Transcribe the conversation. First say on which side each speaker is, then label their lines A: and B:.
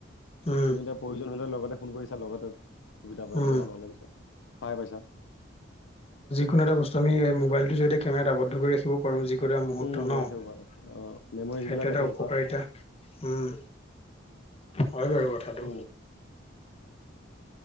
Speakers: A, on the left (about 30°); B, on the left (about 80°).
A: উম
B: তুমি এতিয়া প্ৰয়োজন হ'লে লগতে ফোন কৰিছা লগতে সুবিধা পাইছে
A: উম
B: বা নহ'লে কিছুমান সহায় পাইছা।
A: কোনো এটা বস্তু আমি মোবাইটোৰ জৰিয়তে কেমেৰাত আবদ্ধ কৰি ৰাখিব পাৰোঁ যি <unintelligible> মুহূৰ্ত
B: উম,
A: ন'
B: ৰাখিব পাৰা অ' মেমৰিজ
A: সেইটো
B: বিলাক
A: এটা
B: ৰাখিব
A: উপকাৰিতা
B: পাৰা
A: উম হয় বাৰু কথাটো।
B: উম,